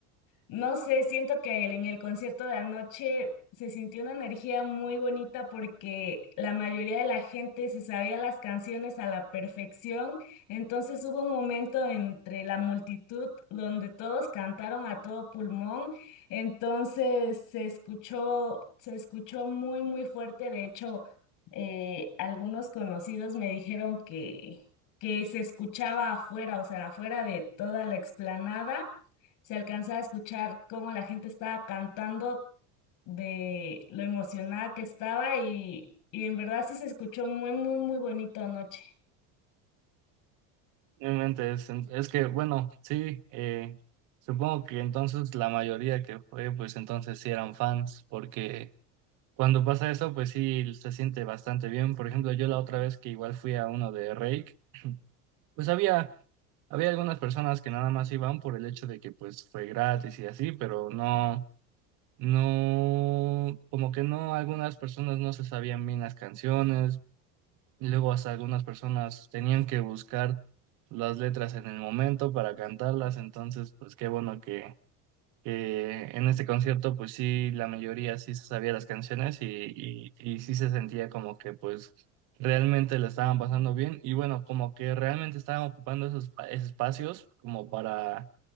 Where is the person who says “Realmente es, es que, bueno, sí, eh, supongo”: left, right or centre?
Right